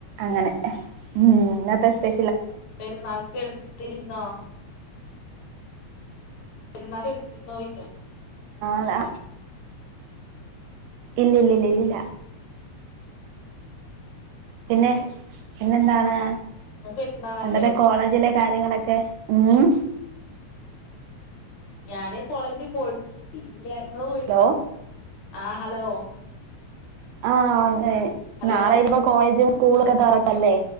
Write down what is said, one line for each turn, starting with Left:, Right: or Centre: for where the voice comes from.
Right: അങ്ങനെ ഉ ഇന്നത്തെ സ്പ്യ
Left: പെരുന്നാക്ക് എടുത്തിരുന്നോ പെരുന്നാക്ക് എടുത്തിരുന്നോ ചോയ്ക്ക
Right: ഹലോ ഇല്ല ഇല്ല ഇല്ല ഇല്ലില്ല പിന്നെ പിന്നെന്താണ്
Left: ഇ പരുന്നാളല്ലേ
Right: പണ്ടത്തെ കോളേജിലെ കാര്യങ്ങളൊക്കെ ഉം
Left: ഞാന് കോളേജില് പോയിട്ടില്ല നിങ്ങള് പോയിട്ടോ
Right: ഹലോ
Left: ആ ഹലോ
Right: ആഹ ഉ ഏ്
Left: ഹലോ
Right: നാളെ ഇനി ഇപ്പോ കോളേജും സ്കൂള
Left: ആഹ്
Right: ഒക്കെ തറക്കല്ലേ